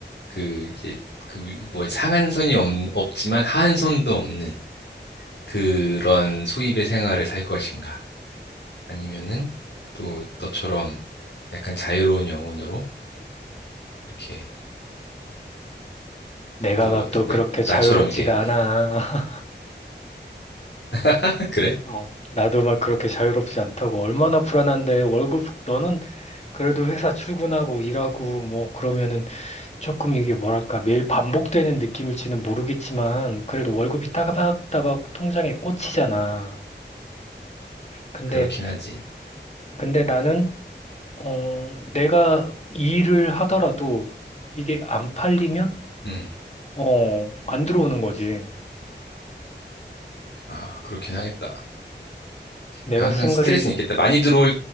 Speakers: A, on the left (about 75°); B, on the left (about 35°).
A: 그, 이제, 그, 위- 뭐, 상한선이 없, 없지만 하한선도 없는 그런 수입의 생활을 살 것인가. 아니면은 또 너처럼 약간 자유로운 영혼으로 이렇게,
B: 내가
A: 어떻게,
B: 막
A: 어떻게,
B: 또 그렇게 자유롭지가
A: 나처럼 이렇게,
B: 않아. <laughs>
A: <laughs> 그래?
B: 어, 나도 막 그렇게 자유롭지 않다고. 얼마나 불안한데, 월급, 너는 그래도 회사 출근하고 일하고 뭐 그러면은 조금 이게 뭐랄까, 매일 반복되는 느낌일지는 모르겠지만, 그래도 월급이 따박따박 통장에 꽂히잖아. 근데
A: 그렇긴 하지.
B: 근데 나는 어, 내가 이 일을 하더라도 이게 안 팔리면,
A: 음,
B: 어, 안 들어오는 거지.
A: 아, 그렇긴 하겠다.
B: 내가
A: 그러니까 항상
B: 쓴
A: 스트레스는
B: 글이,
A: 있겠다. 많이 들어올,